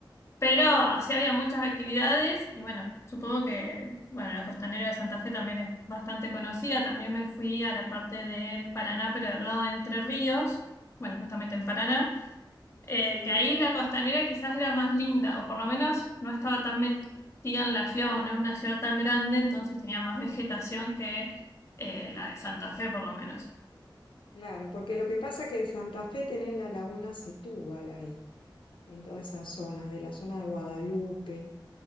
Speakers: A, on the left; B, on the left.
A: pero sí había muchas actividades y bueno, supongo que, bueno, la costanera de Santa Fe también es bastante conocida. También me fui a la parte del Paraná, pero del lado de Entre Ríos, bueno, justamente en Paraná, eh,
B: sí,
A: que ahí la costanera quizás era más linda, o por lo menos no estaba tan metida en la ciudad, o no es una ciudad tan grande, entonces tenía más vegetación que eh, la de Santa Fe, por lo menos.
B: claro, porque lo que pasa es que en Santa Fe tenés la laguna Setúbal ahí, en toda esa zona, de la zona de Guadalupe,